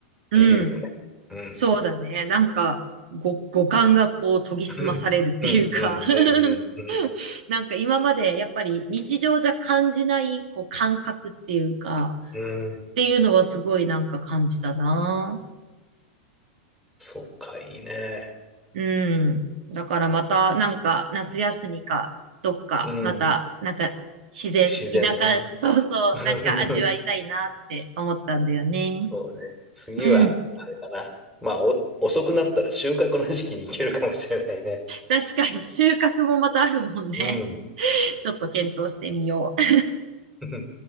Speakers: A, on the right; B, in the centre.
A: うん、
B: て言うよね。うん。
A: そうだね。なんか、ご、五感がこう研ぎ澄まされるっていうか
B: <laughs> うん、うん、うん、
A: <laughs>
B: うん、
A: なんか今までやっぱり日常じゃ感じないこう感覚っていうか、
B: うん。うん。
A: っていうのはすごいなんか感じたな。
B: そうか、いいね。
A: うん。だからまたなんか夏休みかどっかまたなんか自然、
B: うん。自然の。
A: 田舎、そうそう、
B: <laughs>
A: なんか味わいたいなって思ったんだよね。
B: そうね。次は、
A: うん。
B: あれかな。まあ、お、遅くなったら収穫の時期に行けるかもしれないね。
A: 確かに収穫もまたあるもんね。
B: うん。
A: <laughs> ちょっと検討してみよう。
B: うん